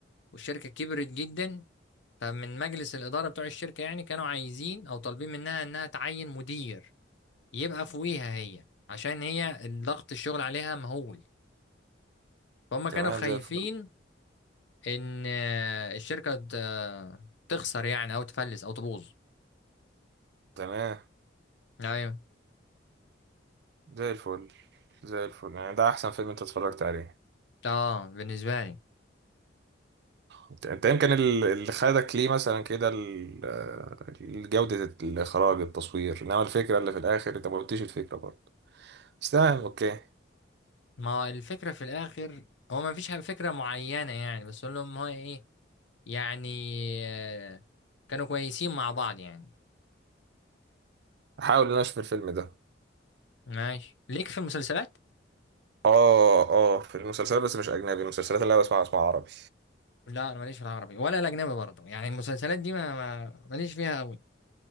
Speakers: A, on the left; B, on the right.
A: والشركة كبرت جدا فمن مجلس الإدارة بتوع الشركة يعني كانوا عايزين أو طالبين منها إنها تعين مدير يبقى فوقيها هي عشان هي ضغط الشغل عليها مهول فهم كانوا
B: تمام
A: خايفين
B: زي الفل
A: ان آه، الشركه ت- آه، تخسر يعني او تفلس او تبوظ
B: تمام
A: ايوه
B: زي الفل زي الفل يعني ده احسن فيلم انت اتفرجت عليه
A: اه بالنسبه لي
B: انت انت يمكن ال- اللي خدك ليه مثلا كده ال- ال- جودة الاخراج التصوير انما الفكرة اللي في الاخر انت ما قلتيش الفكرة برضه بس تمام اوكي
A: ما الفكره في الاخر هو ما فيش حاجة- فكره معينه يعني بس اقول لهم هو ايه يعني آه، كانوا كويسين مع بعض يعني
B: هحاول ان انا اشوف الفيلم ده
A: ماشي ليك في المسلسلات
B: اه اه في المسلسلات بس مش اجنبي المسلسلات اللي انا بسمعها بسمعها عربي
A: لا انا ماليش في العربي ولا الاجنبي برضه يعني المسلسلات دي ما ما- ماليش فيها قوي